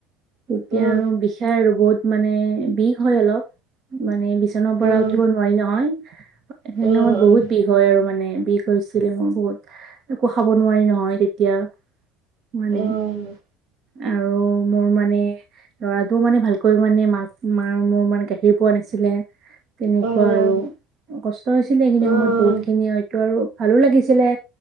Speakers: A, on the right; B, on the right.
A: তেতিয়া
B: উম
A: আৰু বিষাই আৰু বহুত মানে বিষ হয় অলপ মানে বিচনাৰ পৰা
B: উম
A: উঠিব নোৱাৰি নহয় সেই
B: উম
A: সময়ত বহুত
B: উম
A: বিষ হয়, আৰু মানে বিষ হয় ছিলে মোৰ বহুত খাব নোৱাৰি নহয় তেতিয়া মানে
B: উম
A: আৰু মোৰ মানে ল'ৰাটো মানে ভাল কৈ মানে মাক মাৰ মোৰ মানে গাখীৰ পোৱা নাছিলে তেনেকুৱা
B: উম
A: আৰু কষ্ট হৈছিলে এইখিনি
B: উম,
A: সময়ত বহুত খিনি হয়তো আৰু ভালো লাগিছিলে